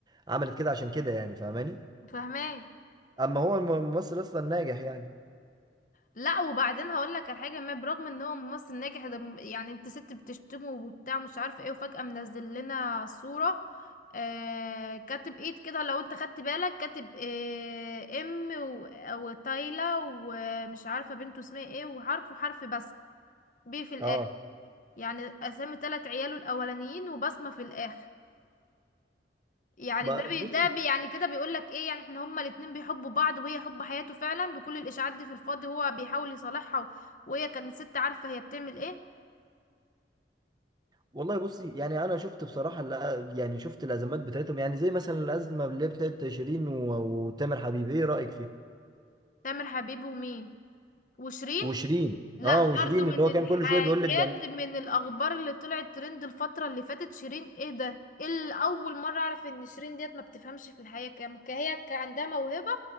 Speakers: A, on the right; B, on the left.
A: عملت كده عشان كده يعني فاهماني
B: فاهمين
A: اما هو الممثل اصلا ناجح يعني
B: لا وبعدين هقول لك على حاجه ما برغم ان هو ممثل ناجح ده م- يعني انت ست بتشتمه وبتاع مش عارفه ايه وفجاه منزل لنا صوره آه كاتب ايد كده لو انت خدت بالك كاتب آه ام و- وتايلا ومش عارفه بنته اسمها ايه وحرف وحرف بس بي في الاخر
A: اه
B: يعني اسامي تلات عياله الاولانيين وبصمه في الاخر يعني
A: ما
B: ده بي
A: بصي
B: ده بي يعني كده بيقول لك ايه يعني احنا هما الاتنين بيحبوا بعض وهي حب حياته فعلا وكل الاشاعات دي في الفاضي وهو بيحاول يصالحها و- وهي كانت ست عارفه هي بتعمل ايه
A: والله بصي يعني انا شفت بصراحه الأ- يعني شفت الازمات بتاعتهم يعني زي مثلا الازمه اللي هي بتاعت شيرين و- وتامر حبيبي ايه رايك فيها
B: تامر حبيب ومين وشيرين
A: وشيرين
B: لا
A: اه وشيرين
B: برضه من
A: اللي هو
B: الحاجات
A: كان كل شويه بيقول لك ده
B: من الاخبار اللي طلعت ترند الفتره اللي فاتت شيرين ايه ده اللي اول مره اعرف ان شيرين ديت ما بتفهمش في الحياه كام هي كان عندها موهبه